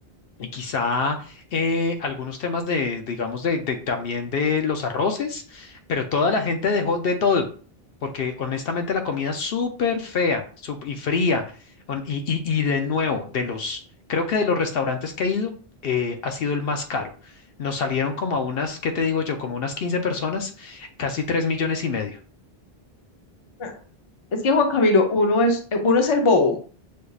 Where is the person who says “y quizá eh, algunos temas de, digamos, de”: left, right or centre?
Left